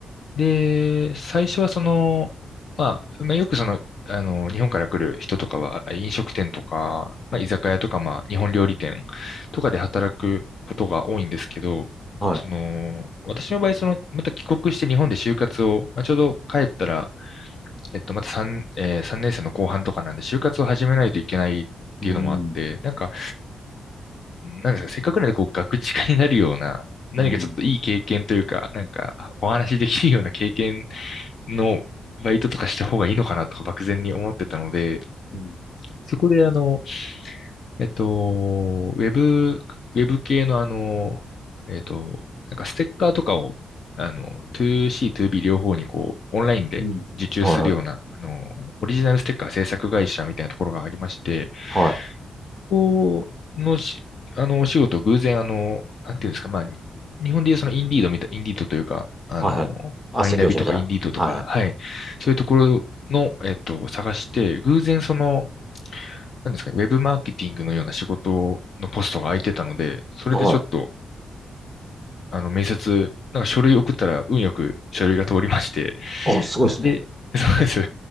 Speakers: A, on the left (about 50°); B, in the centre.
A: で、最初はその、まあ、まあ、よくその、あの、日本から来る人とかは、あ飲食店とか、まあ、居酒屋とか、まあ、日本料理店とかで働くことが多いんですけど、
B: はい。
A: その、私の場合、その、また帰国して日本で就活を、まあ、ちょうど帰ったら、えっと、また3、えー、年生の後半とかなんで、就活を始めないといけないっていうのもあって、
B: うん。
A: なんか、なんですか、せっかくなんで、こう、ガクチカになるような、何かちょっといい経験というか、
B: うん。
A: なんか、お話しできるような経験のバイトとかした方がいいのかなとか漠然に思ってたので、
B: うん。
A: そこであの、えっと、ウェブ、ウェブ系のあの、えっと、なんかステッカーとかを、あの、2C、2B 両方にこう、オンラインで受注するような、
B: うんはいはい。
A: あの、オリジナルステッカー制作会社みたいなところがありまして、
B: はい。
A: そこのし、あの、お仕事、偶然、あの、なんていうんですか、まあ、に日本でいうそのインディードみたい、インディードというか、あの、
B: はいはい。斡旋業者みたいな。
A: マイナビとかインディードとか、
B: はいはい。
A: はい、そういうところの、えっと、探して、偶然その、なんですかね、ウェブマーケティングのような仕事のポストが空いてたので、それでちょっと、
B: はい。
A: あの、面接、なんか書類送ったら運よく書類が通りまして、
B: あ、すごいですね。
A: で、<laughs> そうです。